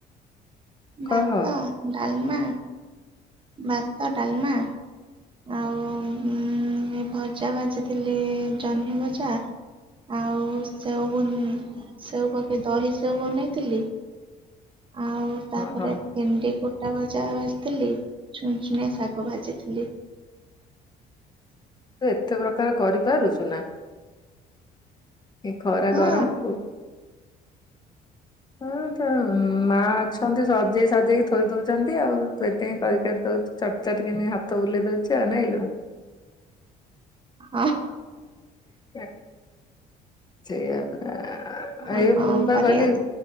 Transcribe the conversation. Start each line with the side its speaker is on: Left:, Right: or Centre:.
Left: କହ
Right: ଭାତ
Left: ହୁଁ
Right: ଡାଲମା ଭାତ ଡାଲମା। ଆଉ ଭଜା ଭାଜିଥିଲି ଜହ୍ନି ଭଜା। ଆଉ ସେଉ ବୁନ୍ ସେଉ ପକେଇ ଦହି ସେଉ ବନେଇଥିଲି ଆଉ ତାପରେ
Left: ହଁ ହଁ।
Right: ଭେଣ୍ଡି ଗୋଟା ଭଜା ଭାଜିଥିଲି ଛୁନ୍‌ ଛୁନିଆ ଶାଗ ଭାଜିଥିଲି।
Left: ତୁ ଏତେ ପ୍ରକାର କରିପାରୁଛୁ ନା ଏ ଖରା
Right: ହଁ
Left: ଗରମ କୁ ହଁ ତ ମା ଅଛନ୍ତି ସଜେଇ ସଜେଇକି ଥୋଇ ଦଉଛନ୍ତି ଆଉ ତୁ ଏତିକି କରି କରି ଦଉ ଚଟ ଚାଟେ କିନି ହାତ ବୁଲେଇ ଦଉଚୁ ଆଉ ନାଇଁଲୋ।
Right: ହଁ। <inaudible>
Left: ସେ <unintelligible> ସେଇଆ ପରା <unintelligible> ଏଇ
Right: ଆଉ କଣ
Left: ମୁଁ ପା
Right: କରିବା
Left: କଲି